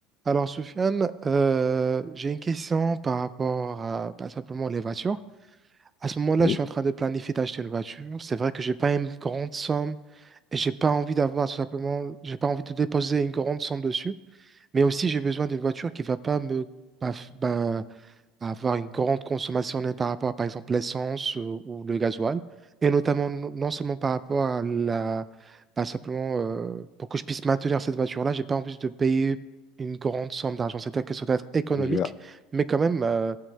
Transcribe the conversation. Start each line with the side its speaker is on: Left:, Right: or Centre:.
Right: Alors, Soufiane, euh, j'ai une question par rapport à bah, simplement les voitures. À ce moment-là,
Left: Oui,
Right: je suis en train de planifier d'acheter une voiture. C'est vrai que j'ai pas une grande somme et j'ai pas envie d'avoir tout simplement, j'ai pas envie de déposer une grande somme dessus. Mais aussi, j'ai besoin d'une voiture qui va pas me, bah, f- bah, à avoir une grande consommation net par rapport à, par exemple, l'essence euh, ou le gasoil, et notamment non non seulement par rapport à la, pas simplement euh, pour que je puisse maintenir cette voiture-là, j'ai pas envie de payer une grande somme d'argent. C'est-à-dire que ça doit être économique,
Left: je vois.
Right: mais quand même euh,